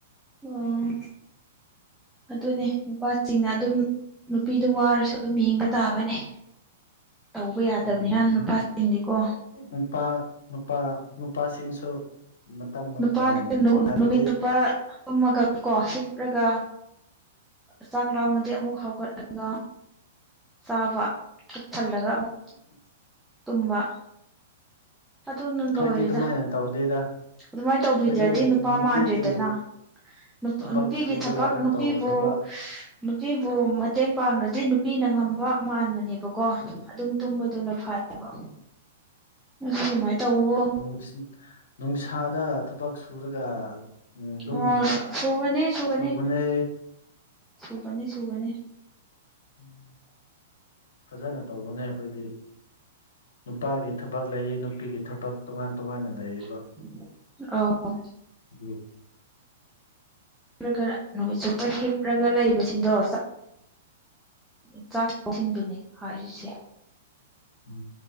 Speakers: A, in the centre; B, on the left.
A: ꯑꯣ ꯑꯗꯨꯅꯦ ꯅꯨꯄꯥꯁꯤꯡꯅ ꯑꯗꯨꯝ ꯅꯨꯄꯤꯗꯨ ꯋꯥꯔꯁꯨ ꯑꯗꯨꯝ ꯍꯤꯡꯕ ꯇꯥꯕꯅꯦ꯫ ꯇꯧꯕ ꯌꯥꯗꯕꯅꯤꯅ
B: ꯎꯝ
A: ꯅꯨꯄꯥꯁꯤꯡꯗꯤꯀꯣ
B: ꯅꯨꯄꯥ ꯅꯨꯄꯥ ꯅꯨꯄꯥꯁꯤꯡꯁꯨ ꯃꯇꯝꯅ
A: ꯅꯨꯄꯥꯁꯤꯡ
B: ꯎꯝ ꯍꯥꯏꯕꯗꯤ
A: ꯅꯨꯃꯤꯠ ꯆꯨꯞꯄ ꯇꯨꯝꯃꯒ ꯀꯣ ꯍꯤꯞꯔꯒ ꯆꯥꯛ ꯂꯥꯝꯃꯗꯤ ꯑꯃꯨꯛ ꯍꯧꯒꯠꯂꯒ ꯆꯥꯕ ꯄꯨꯛ ꯊꯜꯂꯒ ꯑꯃꯨꯛ
B: <inaudible>
A: ꯇꯨꯝꯕ ꯑꯗꯨꯅ
B: ꯑꯩꯈꯣꯏꯗꯤ
A: ꯂꯣꯏꯔꯦꯗ
B: ꯑꯗꯨꯃꯥꯏꯅ ꯇꯧꯗꯦꯗ
A: ꯑꯗꯨꯃꯥꯏꯅ ꯇꯧꯕꯤꯗ꯭ꯔꯗꯤ
B: ꯑꯩꯈꯣꯏꯗꯤ
A: ꯅꯨꯄꯥ
B: ꯅꯨꯡꯇꯤꯒꯤ
A: ꯃꯥꯟꯗ꯭ꯔꯦꯗꯅ ꯅꯨꯄꯥ
B: ꯊꯕꯛ
A: ꯅꯨꯄꯤꯒꯤ
B: ꯁꯨꯔꯒ
A: ꯊꯕꯛ
B: ꯑꯗꯨꯝ
A: ꯅꯨꯄꯤꯕꯨ
B: ꯇꯧꯕꯅꯦꯕ
A: ꯅꯨꯄꯤꯕꯨ ꯃꯇꯦꯡ ꯄꯥꯡꯔꯗꯤ ꯅꯨꯄꯤꯅ ꯉꯝꯕ ꯃꯥꯟꯕꯅꯦꯕꯀꯣ ꯑꯗꯨꯝ ꯇꯨꯝꯕꯗꯨꯅ ꯐꯔꯦꯕ ꯗꯨꯅꯦ ꯑꯗꯨꯃꯥꯏꯅ ꯇꯧꯑꯣ
B: ꯅꯨꯡꯁꯤ ꯅꯨꯡꯁꯥꯗ ꯊꯕꯛ ꯁꯨꯔꯒ ꯑꯗꯨꯝ
A: ꯑꯣ ꯁꯨꯕꯅꯦ ꯁꯨꯕꯅꯦ
B: ꯇꯧꯕꯅꯦ
A: ꯁꯨꯕꯅꯦ ꯁꯨꯕꯅꯦ
B: ꯎꯝ ꯐꯖꯅ ꯇꯧꯕꯅꯦ ꯑꯈꯣꯏꯗꯤ ꯅꯨꯄꯥꯒꯤ ꯊꯕꯛ ꯂꯩꯏ ꯅꯨꯄꯤꯒꯤ ꯊꯕꯛ ꯇꯣꯉꯥꯟ ꯇꯣꯉꯥꯟꯅ ꯂꯩꯏ
A: ꯑꯣ
B: ꯒꯤ
A: ꯂꯒꯔ ꯅꯨꯃꯤꯠ ꯆꯨꯞꯄ ꯍꯤꯞꯔꯒ ꯂꯩꯕꯁꯤꯡꯗꯣ ꯆꯥ ꯆꯥꯛꯁꯤꯡꯗꯨꯅꯦ ꯍꯥꯏꯔꯤꯁꯦ
B: ꯎꯝ